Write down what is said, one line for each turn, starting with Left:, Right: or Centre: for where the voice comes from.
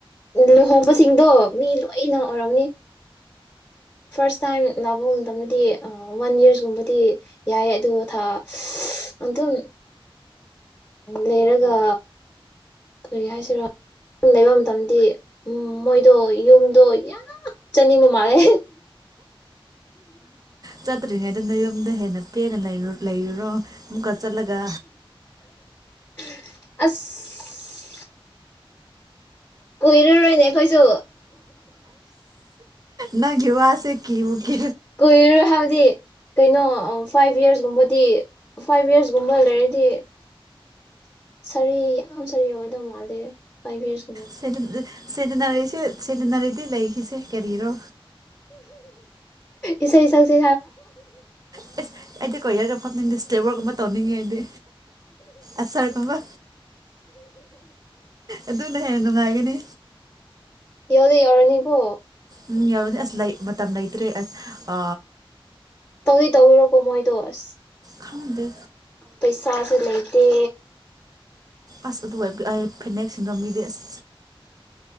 Left: ꯂꯨꯍꯣꯡꯕꯁꯤꯡꯗꯣ ꯃꯤ ꯂꯣꯏꯅ ꯑꯣꯏꯔꯝꯅꯤ ꯐꯥꯔꯁ ꯇꯥꯏꯝ ꯂꯥꯛꯄ ꯃꯇꯝꯗꯗꯤ ꯋꯥꯟ ꯌꯔꯁꯀꯨꯝꯕꯗꯤ ꯌꯥꯏ ꯑꯣ ꯊꯥ ꯑꯗꯨꯝ ꯂꯩꯔꯒ ꯀꯔꯤ ꯍꯥꯏꯁꯤꯔꯣ ꯂꯩꯕ ꯃꯇꯝꯗꯤ ꯎ ꯃꯣꯏꯗꯣ ꯌꯨꯝꯗꯣ ꯌꯥꯝ ꯆꯅꯤꯡꯕ ꯃꯥꯜꯂꯦ
Right: ꯆꯠꯇ꯭ꯔꯤꯉꯩꯗꯅ ꯌꯨꯝꯗ ꯍꯦꯟꯅ ꯄꯦꯟꯅ ꯂꯩꯔꯨꯔꯣ ꯑꯃꯨꯛꯀ ꯆꯠꯂꯒ
Left: ꯑꯁ ꯀꯨꯏꯔꯔꯣꯏꯅꯦ ꯈꯣꯏꯁꯨ
Right: ꯅ ꯌꯦꯕ ꯑꯁꯦ ꯀ ꯀ
Left: ꯀꯨꯏꯔꯣꯏ ꯍꯥꯏꯕꯗꯤ ꯀꯩꯅꯣ ꯐꯥꯏꯚ ꯌꯔꯁꯀꯨꯝꯕꯗꯤ ꯐꯥꯏꯚ ꯌꯔꯁꯀꯨꯝꯕ ꯂꯩꯔꯗꯤ ꯁꯥꯔꯤ ꯌꯥꯝ ꯁꯥꯔꯤ ꯑꯣꯏꯗꯧ ꯃꯥꯜꯂꯦ ꯐꯥꯏꯚ ꯌꯔꯁꯀ
Right: ꯁ ꯁꯔꯤ ꯅꯔꯦꯁ ꯁꯤꯦꯗꯅꯔꯤꯗꯤ ꯂꯩꯈꯤꯁꯦ ꯀꯔꯤꯔꯣ
Left: ꯏꯆꯔ ꯆꯥꯁꯤ
Right: ꯑꯦꯁ ꯑꯩꯗꯤ ꯀꯣꯔꯤꯌꯔꯒ ꯐꯝꯅꯤꯡꯗꯦ ꯏꯁꯇꯦꯝ ꯋꯥꯋꯔꯛ ꯑꯃ ꯇꯧꯅꯤꯡꯉꯦ ꯑꯩꯗꯤ ꯑꯁꯔꯒꯨꯝꯕ ꯑꯗꯨꯅ ꯍꯦꯟꯅ ꯅꯨꯡꯉꯥꯏꯒꯅꯤ
Left: ꯌꯦ ꯌꯎꯔꯅꯤꯒꯨ
Right: ꯎꯝ ꯌꯥꯎꯔꯅꯦ ꯑꯁ ꯂꯩ ꯃꯇꯝ ꯂꯩꯇ꯭ꯔꯦ ꯑꯁ ꯑ
Left: ꯇꯧꯗꯤꯤ ꯇꯧꯕꯤꯔꯣꯀꯣ ꯃꯣꯏꯗꯣ ꯑꯁ
Right: ꯈꯥꯎꯗ
Left: ꯄꯩꯁꯥꯁꯨ ꯂꯩꯇꯦ
Right: ꯑꯁ ꯑꯗꯨꯏ ꯐꯅꯦꯛ ꯁꯤꯟꯔꯝꯒꯤꯗꯤ ꯑꯁ